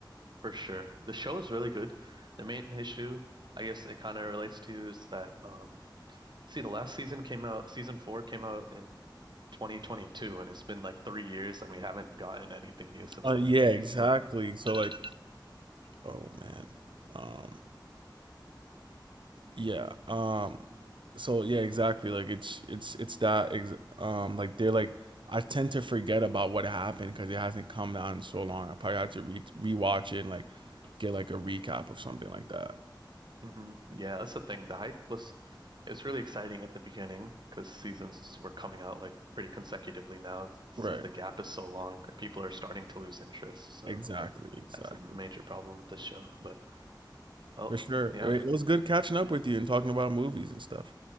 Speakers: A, on the right; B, on the right.
A: for sure. The show is really good. The main issue, I guess it kind of relates to is that um See, the last season came out, season four came out in 2022, and it's been like three years, and we haven't gotten anything new since
B: Uh, yeah,
A: then.
B: exactly.
A: So,
B: So like, oh man, um, yeah, um, so yeah, exactly. Like it's it's it's that ex- um, like they're like I tend to forget about what happened because it hasn't come down in so long. I probably have to re rewatch it and like get like a recap or something like that.
A: hmm yeah, that's the thing. The hype was, it was really exciting at the beginning because seasons were coming out like pretty consecutively now. Since
B: Right.
A: the gap is so long, people are starting to lose interest. So
B: Exactly. Exactly.
A: that's a major problem with the show. But oh,
B: For sure.
A: yeah,
B: It was good catching up with you and talking about movies and stuff.